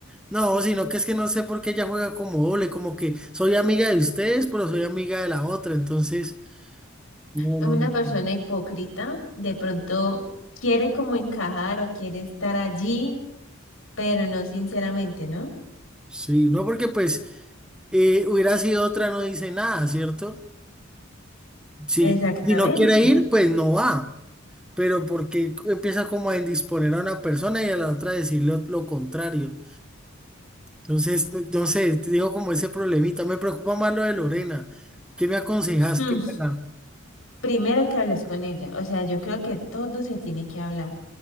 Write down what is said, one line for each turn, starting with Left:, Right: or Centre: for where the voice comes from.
Centre: no, sino que es que no sé por qué ella juega como doble, como que soy amiga de ustedes, pero soy amiga de la otra, entonces, no,
Left: Es
Centre: no,
Left: una persona
Centre: no.
Left: hipócrita, de pronto quiere como encajar o quiere estar allí, pero no sinceramente, ¿no?
Centre: sí, no, porque pues... Eh, hubiera sido otra, no dice nada, ¿cierto? Sí,
Left: Exactamente.
Centre: si no quiere ir, pues no va. Pero porque empieza como a indisponer a una persona y a la otra decirle ot- lo contrario. Entonces, no sé, te digo como ese problemita. Me preocupa más lo de Lorena. ¿Qué me aconsejas
Left: Hmm.
Centre: que haga?
Left: Primero que hables con ella, o sea, yo creo que todo se tiene que hablar,